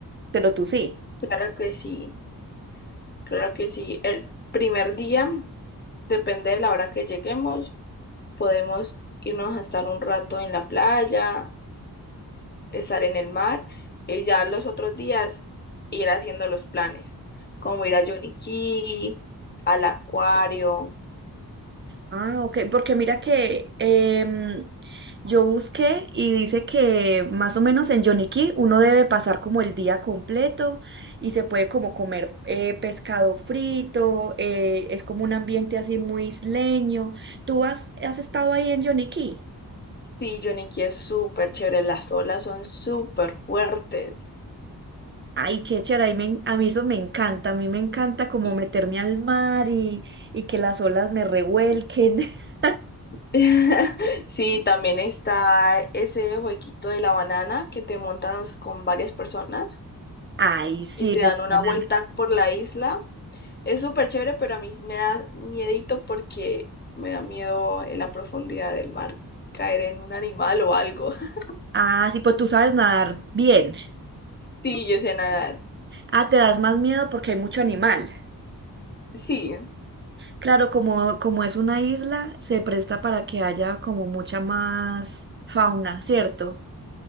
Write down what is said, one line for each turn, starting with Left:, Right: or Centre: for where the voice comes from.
Right: pero tú sí.
Left: Claro que sí, claro que sí. El primer día, depende de la hora que lleguemos, podemos irnos a estar un rato en la playa, estar en el mar y ya los otros días ir haciendo los planes, como ir a Yoniquí, al acuario.
Right: Ah, ok, porque mira que em, yo busqué y dice que más o menos en Yoniquí uno debe pasar como el día completo y se puede como comer eh, pescado frito, eh, es como un ambiente así muy isleño. ¿Tú has, has estado ahí en Yoniquí?
Left: Sí, Yoniquí es súper chévere, las olas son súper fuertes.
Right: Ay, qué chévere, ahí me a mí eso me encanta, a mí me encanta como
Left: Y
Right: meterme al mar y, y que las olas me revuelquen. <laughs>
Left: <laughs> sí, también está ese jueguito de la banana que te montas con varias personas
Right: Ay, sí,
Left: y te
Right: de
Left: dan
Right: la
Left: una
Right: banana.
Left: vuelta por la isla Es súper chévere, pero a mí me da miedito porque me da miedo en la profundidad del mar caer en un animal o algo. <laughs>
Right: Ah, sí, pues tú sabes nadar bien.
Left: Sí, yo sé nadar.
Right: Ah, te das más miedo porque hay mucho animal.
Left: Sí,
Right: Claro, como, como es una isla, se presta para que haya como mucha más fauna, ¿cierto?